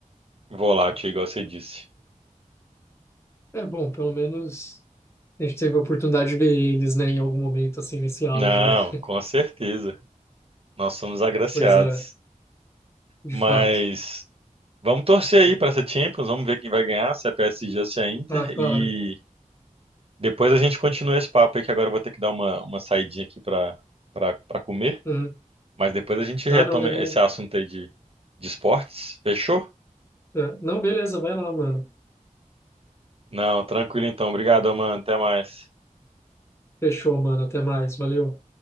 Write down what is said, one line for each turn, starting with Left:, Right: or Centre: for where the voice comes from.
Right: volátil, igual você disse.
Left: É bom, pelo menos a gente teve a oportunidade de ver eles, né, em algum momento, assim, nesse auge,
Right: Não,
Left: né? <laughs>
Right: com certeza. Nós somos agraciados.
Left: Coisa de
Right: Mas
Left: fato.
Right: Vamos torcer aí para essa Champions, vamos ver quem vai ganhar, se é PSG ou se é Inter.
Left: Ah, claro.
Right: E depois a gente continua esse papo aí, que agora eu vou ter que dar uma, uma saidinha aqui para para para comer.
Left: Uhum.
Right: Mas depois a gente retoma
Left: Ah, não, demorou.
Right: esse assunto aí de, de esportes. Fechou?
Left: É. Não, beleza, vai lá, mano.
Right: Não, tranquilo então. Obrigado, mano. Até mais.
Left: Fechou, mano. Até mais. Valeu.